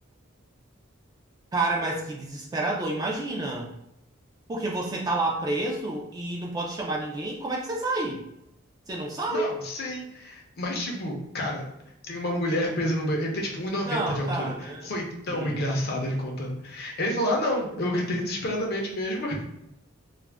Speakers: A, on the right; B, on the left.
A: Cara, mas que desesperador, imagina. Porque você tá lá preso e não pode chamar ninguém, como é que você sai? Você não sai?
B: Não, sim. Mas, tipo, cara, tem uma mulher presa no banheiro. Ele tem, tipo, um e noventa
A: Não,
B: de altura.
A: tá, né?
B: Foi tão
A: Hum.
B: engraçado ele contando. Ele falou: Ah, não, eu gritei desesperadamente mesmo.